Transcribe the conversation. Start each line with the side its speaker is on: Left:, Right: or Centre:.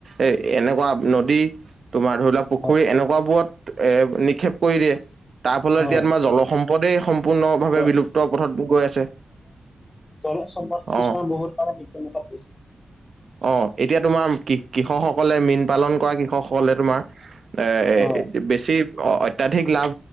Right: এ এনেকুৱা নদী তোমাৰ ধৰি লোৱা পুখুৰী
Left: হয়
Right: এনেকুৱাবোৰত এ নিক্ষেপ কৰি দিয়ে তাৰ ফলত
Left: হয়
Right: এতিয়া তোমাৰ জলসম্পদ পদেই সম্পূৰ্ণভাৱে
Left: ত-
Right: বিলুপ্ত পথত গৈ আছে
Left: জলসম্পদ কিছুমান
Right: অ',
Left: বহুত পৰে মৃত্যু মুখত
Right: অ এতিয়া তোমাৰ কৃষকসকলে মীন পালন কৰা কৃষকসকলে তোমাৰ এ
Left: হয়
Right: বেছি অ অত্যাধিক লাভ